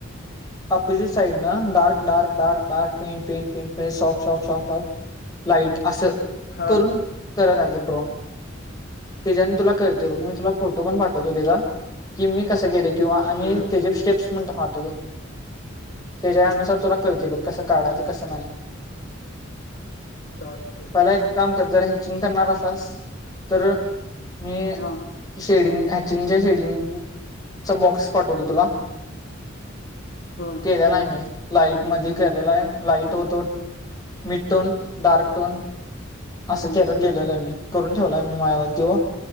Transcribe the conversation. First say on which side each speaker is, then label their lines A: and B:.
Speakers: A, on the left; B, on the left.
A: अपोजिट साईड ना डार्क ार्क ार्कार्क पॉफ्टॉफ्ट सॉफ्टॉफ लाईट असं
B: हा
A: करून करत आजं ड्रॉ त्याच्याने तुला कळते
B: हम्म
A: बघ
B: हम्म
A: मी
B: हम्म
A: तुला फोटो पण पाठवतो ते का की मी कस गेले किंवा आणि
B: हा
A: त्या जे स्टेप्स म्हणत पाहतोतो त्याच्यानुसार तुला कळते बघ कस काढयचं कस नाही
B: चालतंय की
A: पला एक काम कर जरा हेचिंग करणार असस तर मी
B: हा
A: शेडिंग हॅचिंगच्या शेडिंगचा बॉक्स पाठवतो तुला
B: हम्म
A: केलेला आहे मी लाईट मध्ये केलेला आहे लाईट होतो मिड टोन डार्क टोन असं
B: हम्म
A: केत गेलेलं आहे मी ठेवला मी माझला तो